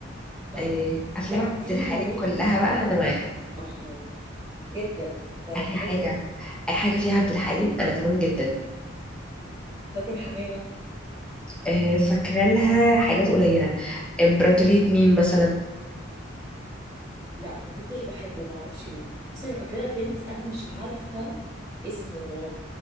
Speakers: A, on the right (about 15°); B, in the centre.
A: صح
B: آه، افلام
A: لا
B: عبد
A: في
B: الحليم
A: نوعية
B: كلها بقى انا معاها
A: الله جدا ده
B: اي
A: كده
B: حاجه
A: كده
B: اي حاجه فيها عبد الحليم انا تمام جدا
A: فاتن حمامة
B: آه، فاكره لها حاجات قليله امبراطورية مين مثلا
A: لا ما كنتش بحبه ما اعرفش ليه بس انا فاكره لها فيلم بس انا مش عارفة اسمه هو